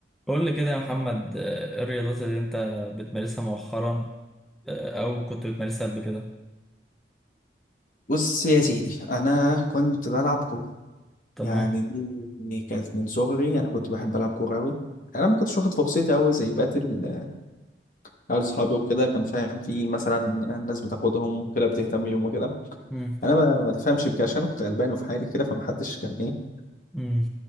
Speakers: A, in the centre; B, on the left.
A: قول لي كده يا محمد آه، ايه الرياضات اللي انت بتمارسها مؤخرا آه، او كنت بتمارسها قبل كده
B: بص يا سيدي انا كنت بلعب كوره
A: تمام
B: يعني دي دي كانت من صغري انا كنت بحب العب كوره قوي انا ما كنتش واخد فرصتي قوي زي بقيه ال- عيال اصحابي وكده كان فاهم في مثلا الناس بتاخدهم وكده بتهتم بيهم وكده
A: مم.
B: انا ما ما تفهمش بكده عشان أنا كنت غلبان وفي حالي كده فمحدش كان ايه
A: مم.